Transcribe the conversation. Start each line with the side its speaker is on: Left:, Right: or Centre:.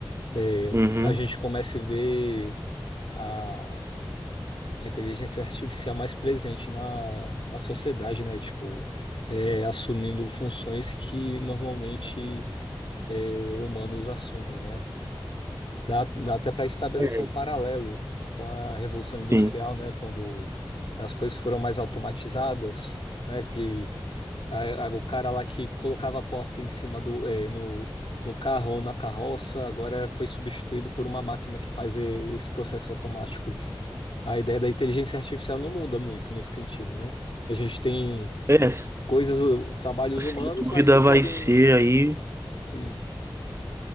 Left: É,
Right: Uhum.
Left: a gente começa a ver a, a inteligência artificial mais presente na, na sociedade, né? Tipo, é, assumindo funções que normalmente. eh, humanos assumem, né? Dá, dá até para estabelecer
Right: É,
Left: um paralelo com a Revolução Industrial,
Right: Sim.
Left: né? Quando as coisas foram mais automatizadas, né? Que a- a- o cara lá que colocava a porca em cima do, eh, no, no carro ou na carroça, agora foi substituído por uma máquina que faz eh, esse processo automático. A ideia da inteligência artificial não muda muito nesse sentido, né? A gente tem
Right: É, s-
Left: coisas, uh, trabalhos
Right: sem
Left: humanos,
Right: dúvida
Left: mas que podem...
Right: vai ser aí
Left: Isso.